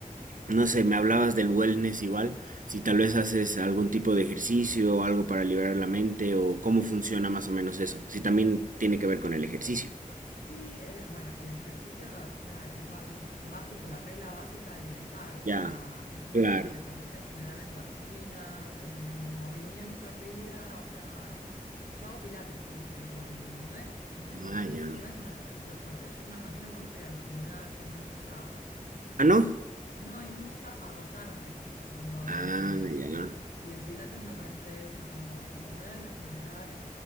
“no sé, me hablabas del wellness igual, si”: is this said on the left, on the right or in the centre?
Right